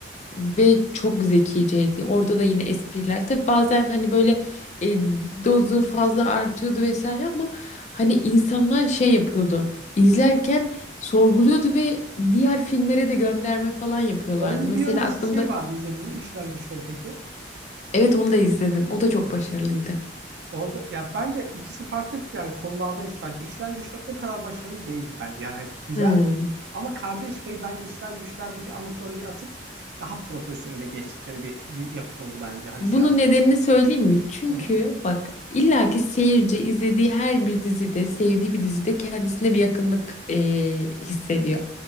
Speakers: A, on the left; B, on the right.
A: Ve çok zekiceydi. Orada da yine espriler. Tabii bazen hani böyle e, dozu fazla artıyordu vesaire ama hani insanlar şey yapıyordu. İzlerken sorguluyordu ve diğer filmlere de gönderme falan yapıyorlardı.
B: Onun
A: Mesela
B: bir öncesi
A: aklımda
B: şey vardı izledim mi? İşler Güçleri peki?
A: evet onu da izledim. O da çok
B: Ha.
A: başarılıydı.
B: Orada ya bence ikisi farklı yani konulardan iş bence işler güçler o kadar başarılı değildi bence. Yani hep güzeldi
A: Hmm.
B: ama Kardeş Payı bence işler güçlerdeki amatörlüğü atıp daha profesyonele geçtikleri bir bir yapıt oldu bence hani
A: Bunun
B: şey anlamda.
A: nedenini söyleyeyim mi? Çünkü
B: Hı hı.
A: bak illaki seyirci izlediği her bir dizide, sevdiği bir dizide kendisine bir yakınlık eee, hissediyor.